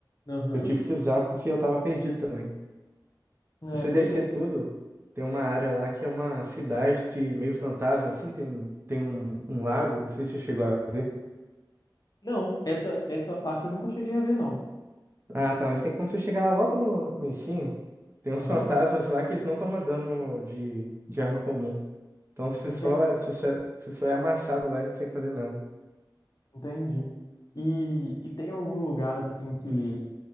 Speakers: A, on the left; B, on the right.
A: Aham.
B: Eu tive que usar porque eu tava perdido também.
A: É,
B: Se você
A: pois
B: descer
A: é.
B: tudo, tem uma área lá que é uma cidade meio fantasma, assim. Tem, tem um, um lago, não sei se você chegou a ver.
A: Não, essa, essa parte eu nunca cheguei a ver, não.
B: Ah, tá, mas tem como você chegar lá logo no, no comecinho. Tem uns
A: Aham.
B: fantasmas lá que eles não tomam dano de, de arma comum. Então você
A: Entendi.
B: só, é, você só, é você só é amassado lá e não consegue fazer nada.
A: Entendi. E, e tem algum lugar assim que,